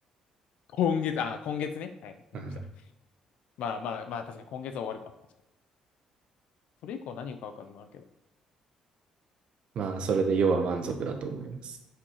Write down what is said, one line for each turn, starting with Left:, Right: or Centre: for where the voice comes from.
Left: 今月、あ、今月ね。はい。
Right: うん、
Left: びっくりした。まあまあまあ、確かに今月は終わるか。確かにそれ以降何を買うかでもあるけど。
Right: まあ、それで要は満足だと思います。